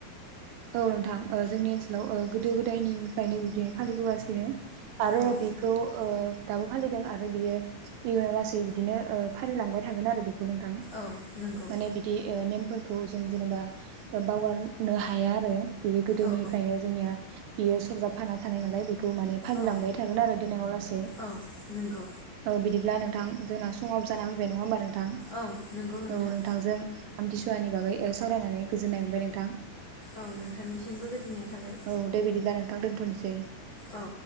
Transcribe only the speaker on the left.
औ
औ नंगौ
औ
औ
औ नंगौ
औ नंगौ नोंथां
औ नोंथांनिसिमबो गोजोननाय थाबाय
औ।